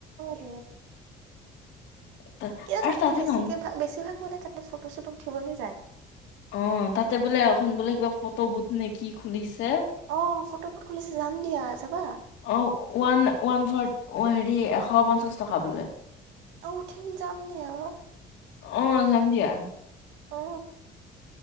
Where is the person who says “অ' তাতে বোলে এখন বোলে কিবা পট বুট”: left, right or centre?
Left